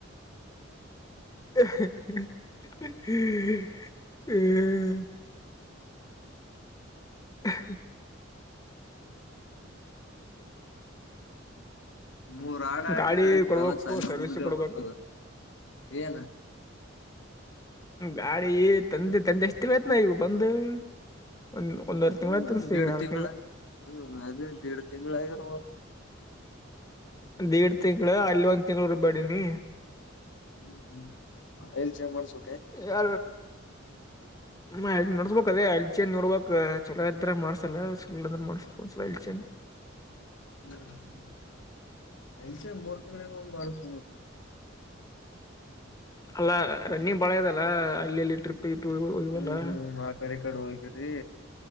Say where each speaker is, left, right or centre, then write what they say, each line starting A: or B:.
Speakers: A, on the left (about 20°); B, on the left (about 65°).
A: ಹ್ಮ ಹ್ಮ್ ಹೇ
B: ಮೂರ್ ಹಾಡು ಆಡಿದ್ರೆ
A: ಗಾಡಿ
B: ಆಯ್ತು
A: ಕೊಡ್ಬೇಕು
B: ಕಾಲ ಸಾಲ
A: ಸರ್ವಿಸ್
B: ಮುಗ್ದೆ
A: ಕೊಡ್ಬೇಕು
B: ಹೋತ್ ಏನ್
A: ಗಾಡಿ ತಂದಿ ತಂದಿ ಎಷ್ಟ್ ದಿನ ಆಯ್ತು ಮಾ ಇವು ಬಂದು ಒಂದ್ ಒಂದೂವರೆ
B: ಅದ
A: ತಿಂಗಳ ತನ್ಸ್ತಿ
B: ಒಂದೇರಡ್
A: ಎರಡು
B: ತಿಂಗಳ ಅದೇ ಎರಡೇ ತಿಂಗಳು ಆಗಿರಬೇಕು.
A: ಎರಡ್ ತಿಂಗಳು ಅಲ್ಲಿ ಒಂದ್ ತಿಂಗಳು ರೂಬಡಿದ್ದೀನಿ.
B: ಹ್ಮ್ ಆಯಿಲ್ ಚೇಂಜ್ ಮಾಡ್ಸೂ
A: ಯ ಮಾಡ್ಸ್ಬೇಕ ಲೇ ಅಯಿಲ್ ಚೇಂಜ್ ಮಾಡ್ಬೇಕು ಚಲೋ ಇದ್ರೆ ಮಾಡ್ಸೂಲ್ಲೆ ಇಲ್ಲಾಂದ್ರೆ ಮಾಡ್ಸಬೇಡ ಚೇಂಜ್
B: <unintelligible> ಮೂರ್ ತಿಂಗಳಿಗೆ ಮಾಡ್ಸ
A: ಅಲ್ಲ ರನ್ನಿಂಗ್ ಬಾಳ ಇದೆಲ್ಲ ಅಲ್ಲಿಲ್ಲಿ ಟ್ರಿಪ್ ಇಟ್ಟು ಇವೆಲ್ಲ
B: ಹ್ಮ್ ಹ್ಮ್ ಆ ಕಡೆ ಈ ಕಡೆ ಹೋಗಿರಿ